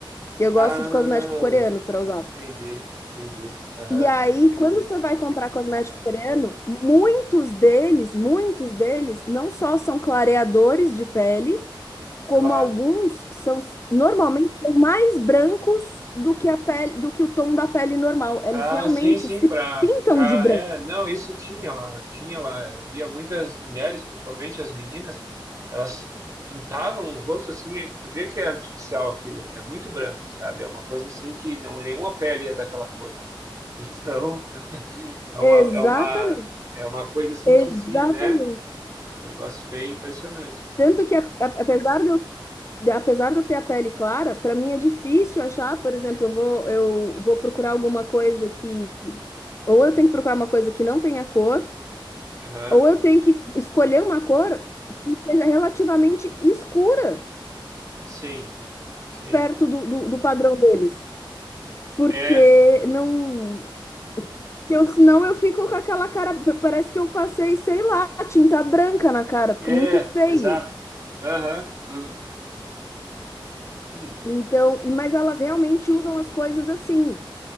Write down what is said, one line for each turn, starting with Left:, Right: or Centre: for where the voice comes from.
Left: Eu
Right: Ah,
Left: gosto de cosmético coreano para usar.
Right: entendi, entendi. Aham,
Left: E aí,
Right: sim,
Left: quando você vai comprar cosmético coreano, muitos deles, muitos deles, não só são clareadores de pele, como
Right: claro.
Left: alguns são normalmente são mais brancos do que a pele, do que o tom da pele normal. Eles
Right: Ah,
Left: realmente
Right: sim, sim,
Left: se
Right: para
Left: pintam
Right: ficar.
Left: de branco.
Right: É, não, isso tinha lá, tinha lá. Eu via muitas mulheres, principalmente as meninas, elas pintavam o rosto assim, e tu vê que é artificial aquilo, é muito branco, sabe? É uma coisa assim que não é nenhuma pele é daquela cor. Então, <laughs> é uma
Left: Exatamente,
Right: é uma é uma coisa assim
Left: exatamente.
Right: que se, né? É um negócio bem impressionante assim.
Left: Tanto que, a- a- apesar de eu de- apesar de eu ter a pele clara, para mim é difícil achar, por exemplo, eu vou, eu vou procurar alguma coisa que. Ou eu tenho que procurar uma coisa que não tenha cor,
Right: Aham.
Left: ou eu tenho que escolher uma cor que seja relativamente escura
Right: Sim, sim.
Left: perto do, do, do padrão deles. Porque
Right: É, exato.
Left: não. Que eu, senão eu fico com aquela cara. p- Parece que eu passei, sei lá, tinta branca na cara, fica
Right: É,
Left: muito feio.
Right: exato. Aham. aham. Hum,
Left: Então, mas elas realmente usam as coisas assim.